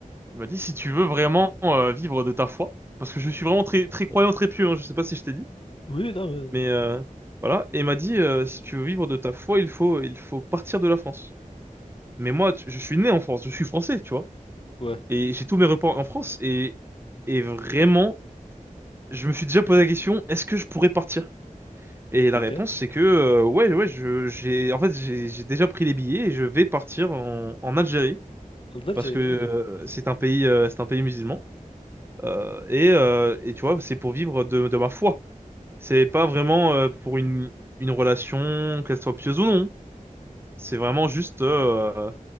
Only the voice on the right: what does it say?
il m'a dit, si tu veux vraiment euh, vivre de ta foi, parce que je suis vraiment très, très croyant, très pieux, hein, je sais pas si je t'ai dit,
mais euh, voilà. Et il m'a dit, euh, si tu veux vivre de ta foi, il faut, il faut partir de la France. Mais moi, tu- je suis né en France, je suis français, tu vois.
Et j'ai tous mes repas en France et, et vraiment. je me suis déjà posé la question, est-ce que je pourrais partir? Et la
réponse, c'est que euh, ouais, ouais, je, j'ai, en fait, j'ai, j'ai déjà pris les billets et je vais partir en, en Algérie
parce que euh,
c'est un pays, euh, c'est un pays musulman Euh, et, euh, et tu vois, c'est pour vivre de, de ma foi. C'est pas vraiment euh, pour une, une relation, qu'elle soit pieuse ou non. C'est vraiment juste, euh,